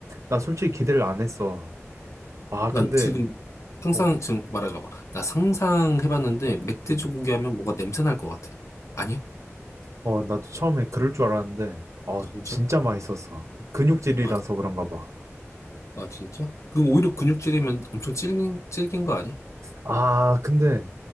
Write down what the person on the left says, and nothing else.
난
지금 상상,
지금 말하지 마봐. 나 상상해봤는데, 멧돼지고기
하면 뭐가 냄새 날 것 같아. 아니야?
진짜?
아,
아, 진짜? 그 오히려 근육질이면 엄청 질긴, 질긴 거 아니야?